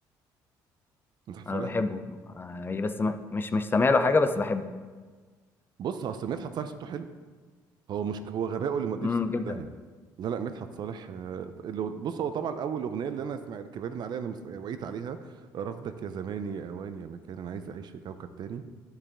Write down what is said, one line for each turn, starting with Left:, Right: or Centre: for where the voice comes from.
Right: مدحت صالح
Left: أنا بحبه آه، بس م- مش مش سامع له حاجة بس بحبه
Right: بص اصل مدحت صالح صوته حلو هو مش هو غرقه اللي مضيه
Left: مم.
Right: في 60
Left: جدا
Right: داهيه لا لا مدحت صالح آه، اللي- بص هو طبعا اول اغنيه اللي انا سمعت كبرنا عليها انا مس- وعيت عليها رفضك يا زماني اوان يا مكان انا عايز اعيش في كوكب تاني